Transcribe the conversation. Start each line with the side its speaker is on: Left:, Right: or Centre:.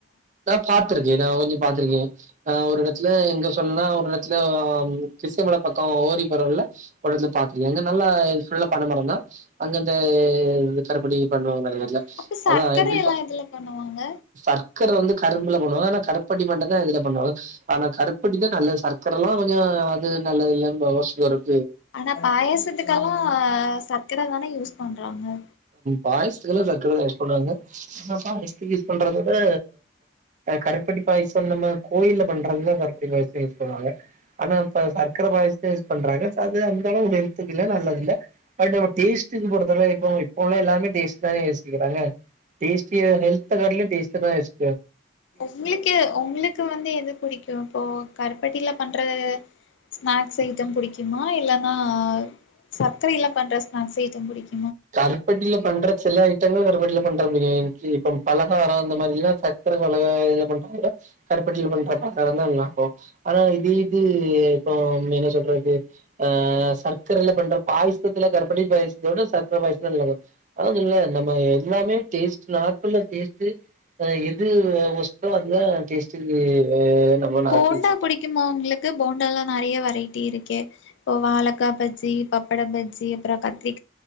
Right: நா பாத்துருக்கே நான் கொஞ்ச பாத்துருக்கேன் ஆ ஒரு எடத்துல எங்க சொல்ன்னா ஒரு எடத்துல கிஷ்ணமல பக்க ஓரி போரவழில வந்து பாத்துருக்க அங்க நல்லா ஃபுல்லா பனமரம் தான் அங்க இந்த கருப்பட்டி பண்ணுவாங்க பாருங்க
Left: அப்ப சர்க்கரை
Right: அதான் எப்டிப்ப
Left: எல்லா எதுல பண்ணுவாங்க
Right: சர்க்கர வந்து கரும்புல பண்ணுவா ஆனா கருப்பட்டி மட்டுந் தா இதுல பண்ணுவாங்க ஆனா கருப்படி தா நல்லது சர்க்கரலா கொஞ்ச அது நல்லது இல்லன்னு <unintelligible>
Left: ஆனா பாயசத்துக்கெல்லா சர்க்கரதான யூஸ் பண்றாங்க
Right: பாயசத்துக்குலா சக்கரதா யூஸ் பண்ணுவாங்க பாயசத்துக்கு யூஸ் பண்றத விட கருப்படி பாயசம் நம்ம கோயில்ல பண்றாங்கள கருப்படி பாயச பண்ணுவாங்க ஆனா இப்ப சர்க்கர பாயசத்த யூஸ் பண்றாங்க அது அந்த அளவுக்கு ஹெல்த்துக்கு இல்ல நல்லது இல்ல பட் நம்ம டேஸ்டுகு பொறுத்தவற இப்ப இப்பவுள்ள எல்லாருமே டேஸ்ட் தான யோசிக்கிறாங்க டேஸ்டி எ ஹெல்த்த காட்டிலு டேஸ்ட தான் யோ
Left: உங்ளுக்கு உங்ளுக்கு வந்து எது புடிக்கூ இப்போ கருப்பட் டில பண்ற ஸ்நாக்ஸ் ஐட்டம் புடிக்குமா இல்லன்னா சர்க்கரைல பண்ற ஸ்நாக்ஸ் ஐட்டம் புடிக்கு
Right: கருப்பட்டில பண்ற சில ஐட்டங்கள் கருப்பட்டில பண் <unintelligible> க்கி இப்ப பலகார இந்த மாறிலா சர்க்கர பலகா இதுல பண்றத விட கருப்பட்டில பண்றப்ப <unintelligible> அப்போ ஆனா இது இது இப்போ என்ன சொல்றது ஆ சர்க் சர்க்கரைல பண்ற பாயசத்துகுல கருப்பட்டி பாயசத்தோட சக்கர பாயசுதான் நல்லாருக்கும் அதான் சொல்றேன்ல நம்ம எ எல்லாமே டேஸ்டு நாக்குள டேஸ்டு ஆ எது ஒஸ்ட்டோ அதுதா டேஸ்ட்டுக்கு நம்ப நாக்குல
Left: போண்டா
Right: செட்
Left: உங்களுக்கு போண்டாலா ரைட்டி இருக்கே இப்ப வாழக்கா பஜ்ஜி பப்பட பஜ்ஜி அப்புறோ கத்தரி